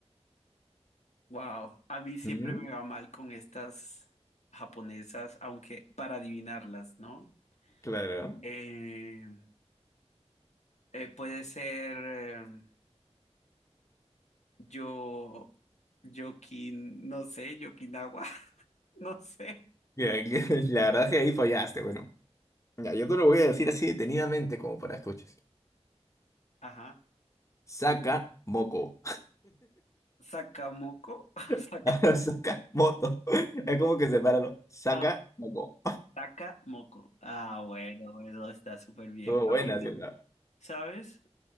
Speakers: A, on the left; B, on the left.
A: wow, a mí siempre
B: ¿Mm?
A: me va mal con estas japonesas, aunque para adivinarlas, ¿no?
B: Claro.
A: Eh, eh, puede ser eh, yo, Yokin, no sé, Yokinawa, <laughs> no sé.
B: Ya, <laughs> La verdad es que ahí fallaste, bueno. Ya, yo te lo voy a decir así detenidamente como para escuchar.
A: Ajá.
B: Saca moco.
A: Sakamoko, <laughs>
B: <laughs>
A: Sakamoko.
B: Saca moto. Es como que sepáralo. Saca
A: Ah,
B: moco.
A: Taca moco. Ah, bueno, bueno, está súper bien.
B: Estuvo
A: Ah,
B: buena,
A: bueno.
B: sí, la-
A: ¿Sabes?